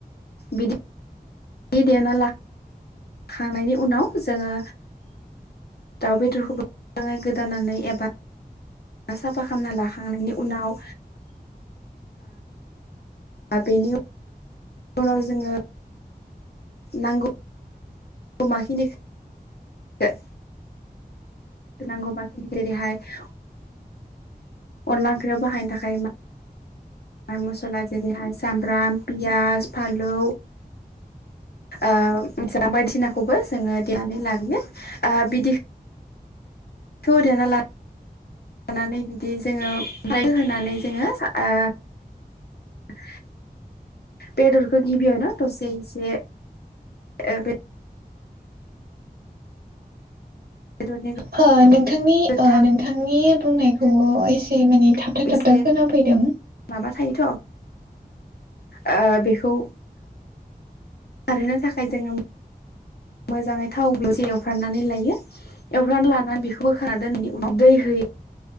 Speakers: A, on the left; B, on the right.
A: बिदि देना ला खांनायनि उनाव जोङो दाउ बेदरखौबो <inaudible> गोदानानै एबा साफा खामना लाखांनायनि उनाव दा बेनि उनाव जोङो नांगौ अमाखिनिखो <unintelligible> अनला ओंख्रियाव बाहायनो थाखाय मा <unintelligible> मसला जेरैहाय सामब्राम पियाज फालौ ओ <unintelligible> बायदिनाखौबो जोङो देनानै <unintelligible> ओ बिदि <unintelligible> लानानै बिदि जोङो ओमफ्राय होनानै जोङो ओ बेदरखो गिबियावनो दसे एसे ओ बेदरनि
B: हो नोंथांनि
A: गोथां
B: ओ नोंथांनि बुंनायखौ एसे माने थाबथा
A: एसे
B: थाबथा खोनाफैदों
A: माबा थायोथ' ओ बेखौ खारहोनो थाखाय जोङो मोजाङै थाव <inaudible> लायो एवफ्राना लाना बेखौ बोखांना <unintelligible> दै हो